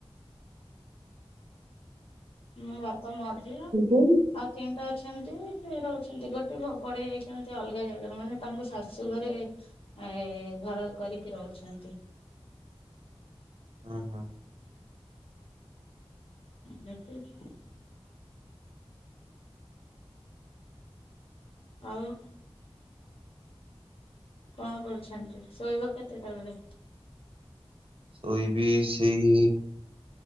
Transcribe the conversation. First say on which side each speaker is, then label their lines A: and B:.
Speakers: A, on the left; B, on the right.
A: ମୁଁ ବାପା ମାଝିଆ
B: ହଁ
A: ଆଉ ତିନିଟା ଅଛନ୍ତି ସେ ରହୁଛନ୍ତି ଗୋଟେ ପଡେଇ ଯାଇଛନ୍ତି ଅଲଗା ଜାଗାରେ ମାନେ ତାଙ୍କ ଶାଶୁ ଘରେ ଏ ଘର କରିକି ରହୁଛନ୍ତି।
B: ହୁଁ-ହୁଁ।
A: <unintelligible> ଆଉ କଣ କରୁଛନ୍ତି ଶୋଇବ କେତେଟା ବେଳେ?
B: ଶୋଇବି ସେଇ